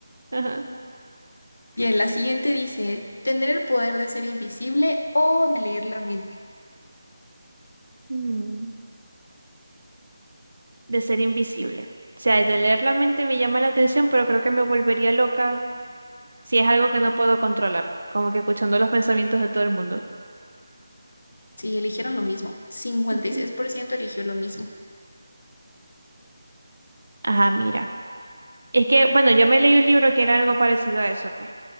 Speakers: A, on the right; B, on the left.
A: Ajá.
B: Bien, la siguiente dice, ¿tener el poder de ser invisible o de leer la mente?
A: Mm. de ser invisible. O sea, el de leer la mente me llama la atención, pero creo que me volvería loca si es algo que no puedo controlar, como que escuchando los pensamientos de todo el mundo.
B: Sí, eligieron lo mismo. 56%
A: Ujú.
B: eligió lo mismo.
A: Ajá, mira. Es que, bueno, yo me leí un libro que era algo parecido a eso, pues.